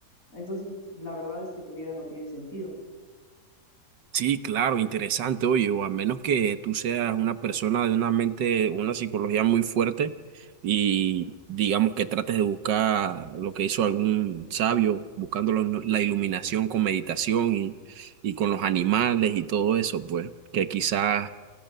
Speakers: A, on the left; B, on the right.
A: entonces la verdad es que tu vida no tiene sentido.
B: sí, claro, interesante, oye, o a menos que tú seas una persona de una mente, una psicología muy fuerte y digamos que trates de buscar lo que hizo algún sabio, buscando la la iluminación con meditación y, y con los animales y todo eso, pues, que quizás